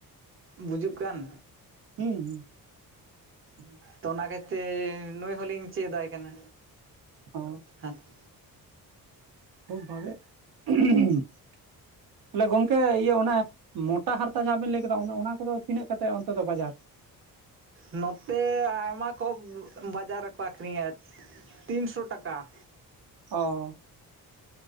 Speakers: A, on the right; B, on the right.
A: ᱵᱩᱡᱩᱜ ᱠᱟᱱ
B: ᱦᱮᱸ ᱦᱮᱸ
A: ᱛᱚ ᱚᱱᱟ ᱠᱷᱟᱹᱛᱤᱨ ᱱᱩᱭ ᱦᱚᱞᱤᱧ ᱪᱮᱫᱟᱭ ᱠᱟᱱᱟ
B: ᱦ
A: <unintelligible>
B: ᱠᱷᱩᱵ ᱵᱷᱟᱜᱮ ᱛᱟᱦᱚᱞᱮ ᱜᱚᱝᱠᱮ ᱤᱭᱟᱹ ᱚᱱᱮ ᱢᱚᱴᱟ ᱦᱟᱨᱛᱟ ᱡᱟᱦᱟᱸ ᱵᱮᱱ ᱞᱟᱹᱭ ᱠᱮᱫᱟ ᱚᱱᱮ ᱚᱱᱟ ᱠᱚᱫᱚ ᱛᱤᱱᱟᱹᱜ ᱠᱟᱛᱮᱫ ᱚᱱᱛᱮ ᱫᱚ ᱵᱟᱡᱟᱨ
A: ᱱᱚᱛᱮ ᱟᱭᱢᱟ ᱠᱚ ᱵᱟᱡᱟᱨ ᱨᱮᱠᱚ ᱟᱠᱷᱨᱤᱧᱟ ᱛᱤᱱᱥᱚ ᱴᱟᱠᱟ
B: ᱚ